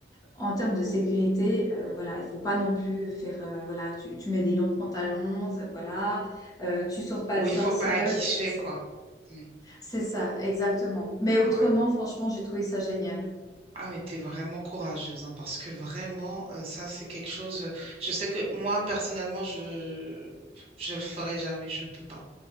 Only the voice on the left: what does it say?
en termes de sécurité, euh, voilà, il faut pas non plus faire, euh, voilà, tu, tu mets des longs pantalons, voilà, euh, tu sors pas
le soir
seul,
ça c'est,
c'est ça, exactement. Mais autrement,
franchement, j'ai trouvé ça génial.